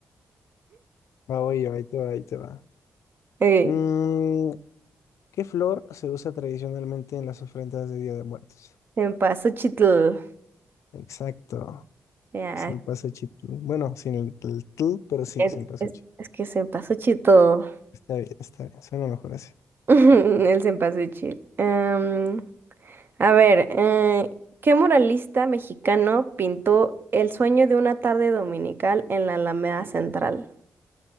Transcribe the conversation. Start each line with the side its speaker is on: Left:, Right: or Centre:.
Left: Va, oye, ahí te va, ahí te va.
Right: Ok,
Left: Mm, ¿qué flor se usa tradicionalmente en las ofrendas de Día de Muertos?
Right: en Chitl.
Left: Exacto.
Right: Ya,
Left: Senpazuchi. Bueno, sin el, el tú, pero sí,
Right: Es,
Left: Senpazuchi.
Right: es, es que Senpasuchi todo.
Left: Está bien, está bien. Suena mejor así.
Right: <laughs> El Senpasuchi. Em, a ver, eh, ¿qué muralista mexicano pintó El sueño de una tarde dominical en la Alameda Central?